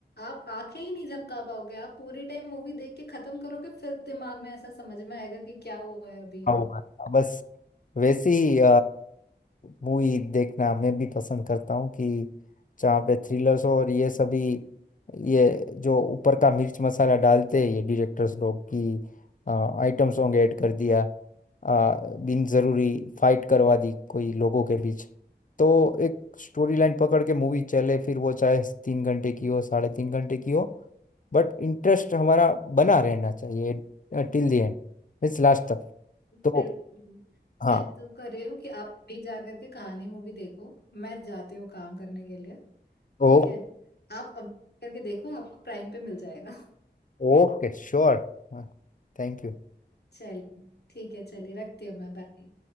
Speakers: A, on the left; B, on the left.
A: आप आंखें ही नहीं झपका पाओगे आप पूरे टाइम मूवी देख के खत्म करोगे फिर दिमाग में ऐसा समझ में आएगा कि क्या हुआ है अभी
B: हाँ, वो है। बस वैसी ही मूवी देखना मैं भी पसंद करता हूँ कि जहाँ पे थ्रिलर्स हो और ये सभी ये जो ऊपर का मिर्च मसाला डालते हैं ये डायरेक्टर्स लोग की आइटम सॉन्ग ऐड कर दिया आ, बिन जरूरी फाइट करवा दी कोई लोगों के बीच तो एक स्टोरी लाइन पकड़ के मूवी चले फिर वो चाहे तीन घंटे की हो साढ़े तीन घंटे की हो बट इंटरेस्ट हमारा बना रहना चाहिए till the end it's last तक
A: मैं
B: तो हाँ
A: तो कर रही हूँ कि आप भी जा करके कहानी मूवी देखो मैं जाती हूँ काम करने के लिए ठीक
B: ओ
A: है आप अभी करके देखो आपको प्राइम पे मिल जाएगा
B: ओके श्योर हाँ थैंक यू
A: <laughs> चलिए ठीक है चलिए रखती हूँ मैं बाय